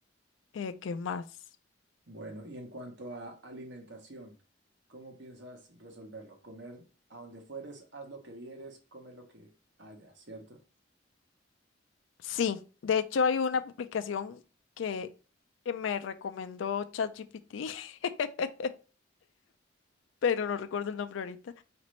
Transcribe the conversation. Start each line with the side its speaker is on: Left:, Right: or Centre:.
Left: Eh, ¿qué más?
Right: Bueno, y en cuanto a alimentación, ¿cómo piensas resolverlo? Comer a donde fueres, haz lo que vieres, come lo que haya, ¿cierto?
Left: Sí, de hecho hay una aplicación que, que me recomendó ChatGPT, <laughs> pero no recuerdo el nombre ahorita,